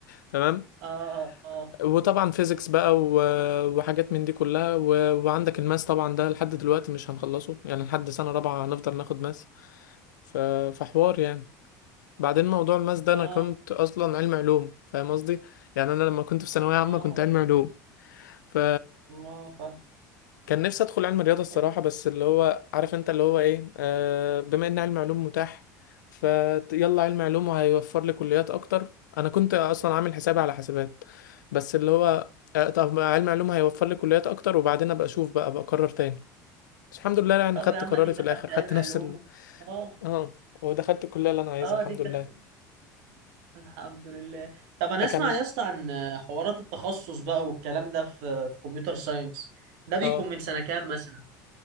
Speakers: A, on the left (about 85°); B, on the right (about 70°).
A: تمام
B: اه اه
A: وطبعا فيزيكس بقى و- وحاجات من دي كلها و- وعندك الماس طبعا ده لحد دلوقتي مش هنخلصه يعني لحد سنة رابعة هنفضل ناخد ماس ف- فحوار يعني بعدين موضوع الماس ده
B: اه
A: انا كنت اصلا علم علوم فاهم قصدي يعني انا لما كنت في ثانوية
B: اه
A: عامة كنت علم علوم ف
B: اه فاهم
A: كان نفسي ادخل علم الرياضه الصراحه
B: حلو
A: بس اللي هو عارف انت اللي هو ايه آه بما ان علم علوم متاح فيلا علم علوم وهيوفر لي كليات اكتر انا كنت اصلا عامل حسابي على حسابات بس اللي هو آه طب ما علم علوم هيوفر لي كليات اكتر وبعدين ابقى اشوف بقى ابقى اقرر تاني بس الحمد لله يعني
B: طب
A: خدت
B: يا عم
A: قراري
B: اديك
A: في
B: دخلت
A: الاخر خدت
B: علم
A: نفس
B: علوم
A: ال...
B: اه
A: اه ودخلت الكليه اللي انا عايزها
B: اه
A: الحمد
B: اديك
A: لله
B: دخل الحمد لله طب انا
A: آه،
B: اسمع
A: كان
B: يا اسطى عن حوارات التخصص بقى والكلام ده في في كمبيوتر ساينس ده بيكون
A: اه
B: من سنة كام مثلا